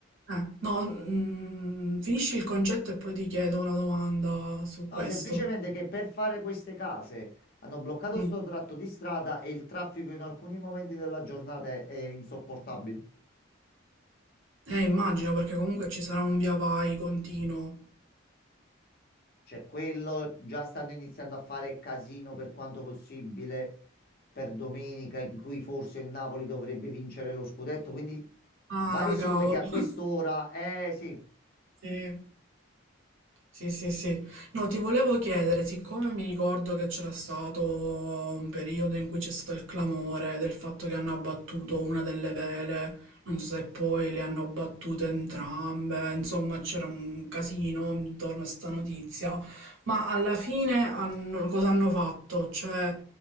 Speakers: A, on the right; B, on the left.
A: Eh, no, mm, finisci il concetto e poi ti chiedo una domanda su questo.
B: No, semplicemente che per fare queste case hanno bloccato
A: Mm.
B: sto tratto di strada e il traffico in alcuni momenti della giornata è è insopportabile.
A: Eh, immagino perché comunque ci sarà un via vai continuo.
B: Cioè, quello già stanno iniziando a fare casino per quanto possibile per domenica, in cui forse il Napoli dovrebbe vincere lo scudetto. Quindi,
A: Ah,
B: varie somme
A: cavolo.
B: che a
A: <laughs>
B: quest'ora, eh sì,
A: Sì. Sì, sì, sì. No, ti volevo chiedere, siccome mi ricordo che c'era stato un periodo in cui c'è stato il clamore del fatto che hanno abbattuto una delle vele, non so se poi le hanno abbattute entrambe, insomma c'era un casino intorno a sta notizia, ma alla fine hanno- cosa hanno fatto? Cioè,